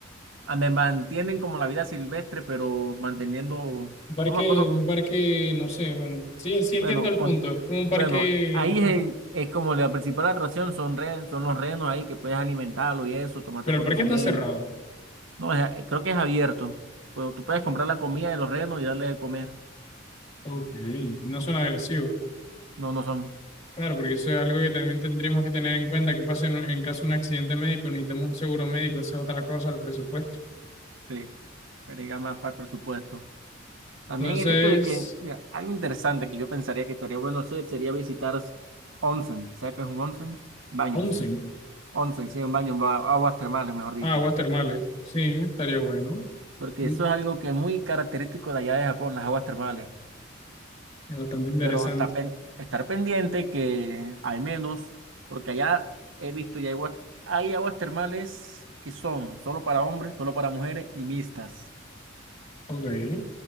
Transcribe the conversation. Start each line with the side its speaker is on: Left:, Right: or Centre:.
Right: donde mantienen como la vida silvestre, pero manteniendo,
Left: un parque,
Right: no me acuerdo
Left: un parque, no sé, bueno, sí, sí entiendo
Right: Bueno,
Left: el
Right: con,
Left: punto, es como un parque,
Right: bueno, ahí
Left: ajá,
Right: es, es como la principal atracción son, ren- son los renos ahí que puedes alimentarlo y eso, tomarte
Left: pero
Right: foto
Left: el parque
Right: con
Left: está
Right: ellos.
Left: cerrado.
Right: No, es- creo que es abierto. Pero tú puedes comprar la comida de los renos y darle de comer.
Left: Ok, no suena agresivo.
Right: No, no son.
Left: Claro, porque eso es algo que también tendríamos que tener en cuenta, que pasa en, en caso de un accidente médico, necesitamos un seguro médico, esa es otra cosa, el presupuesto.
Right: Sí, agrega más para el presupuesto. También
Left: Entonces,
Right: el hecho de que, mira, algo interesante que yo pensaría que estaría bueno hacer sería visitar onsen. ¿Sabes qué es un onsen? Baños.
Left: onsen.
Right: Onsen, sí, un baño, ba- aguas termales, mejor dicho.
Left: Ah, aguas termales. Sí, estaría bueno.
Right: Porque
Left: Mm,
Right: eso es algo que es muy característico de allá de Japón, las aguas termales.
Left: Es bastante interesante.
Right: pero estar, pen- estar pendiente que al menos, porque allá he visto y hay aguas, hay aguas termales que son solo para hombres, solo para mujeres y mixtas.
Left: Ok.